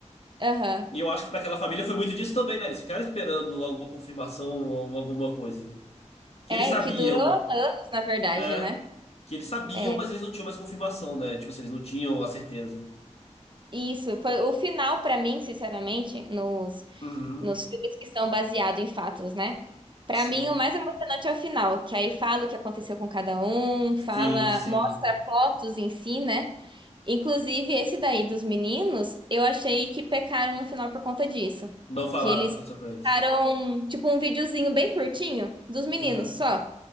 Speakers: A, on the right; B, on the left.
A: aham.
B: E eu acho que pra aquela família foi muito disso também, né? Eles ficaram esperando alguma confirmação ou alguma coisa. Que
A: É,
B: eles sabiam,
A: é, que durou anos, na verdade,
B: é.
A: né?
B: Que eles sabiam,
A: É,
B: mas eles não tinham mais confirmação, né? Tipo assim, eles não tinham a certeza.
A: isso. Foi o final, pra mim, sinceramente, nos,
B: Uhum.
A: nos filmes que são baseados em fatos, né? Pra
B: Sim.
A: mim, o mais emocionante é o final, que aí fala o que aconteceu com cada um,
B: Sim,
A: fala,
B: sim.
A: mostra fotos em si, né? Inclusive, esse daí dos meninos, eu achei que pecaram no final por conta disso.
B: Não falaram
A: Que eles
B: o que aconteceu com eles.
A: ficaram, tipo, um videozinho bem curtinho dos meninos
B: Aham.
A: só.